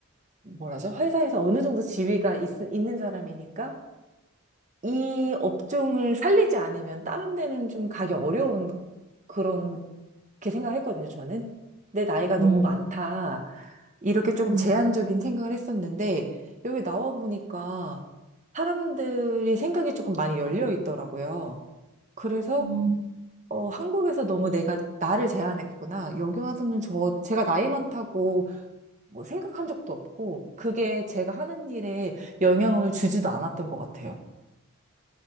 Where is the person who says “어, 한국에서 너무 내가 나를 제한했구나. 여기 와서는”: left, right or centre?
Right